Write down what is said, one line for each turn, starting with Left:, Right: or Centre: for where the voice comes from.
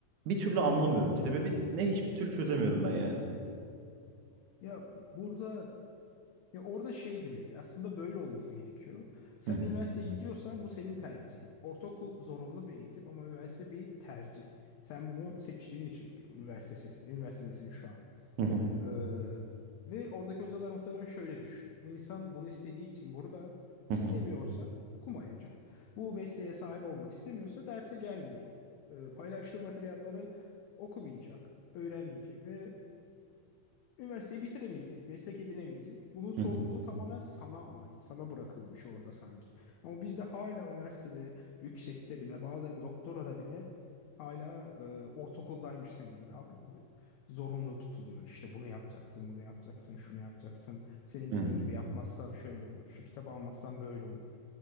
Right: Bir türlü anlamıyorum. Sebebi ne hiçbir türlü çözemiyorum ben yani.
Left: Ya burada ya orada şey gibi aslında böyle olması gerekiyor. Sen
Right: Hı hı,
Left: üniversiteye gidiyorsan bu senin tercihin. Ortaokul zorunlu bir eğitim ama üniversite bir tercih. Sen bunu seçtiğin için üniversitesin, üniversitedesin şu an.
Right: hı hı,
Left: Ee, ve oradaki hocalar muhtemelen şöyle düşünüyor. Bu insan bunu istediği için burada istemiyorsa
Right: hı hı,
Left: okumayacak. Bu mesleğe sahip olmak istemiyorsa derse gelmeyecek. Ee, paylaştığı materyalleri okumayacak, öğrenmeyecek ve Üniversiteyi bitiremeyecek, meslek edinemeyecek. Bunun sorumluluğu
Right: hı hı,
Left: tamamen sana ait, sana bırakılmış orada sanki. Ama bizde hala üniversitede, yüksekte bile, bazen doktorada bile hala e, ortaokuldaymışsın gibi davranılıyor. Zorunlu tutuluyor. İşte bunu yapacaksın, bunu yapacaksın, şunu yapacaksın. Senin
Right: hı
Left: dediğin
Right: hı,
Left: gibi yapmazsan şöyle olur, şu kitabı almazsan böyle olur.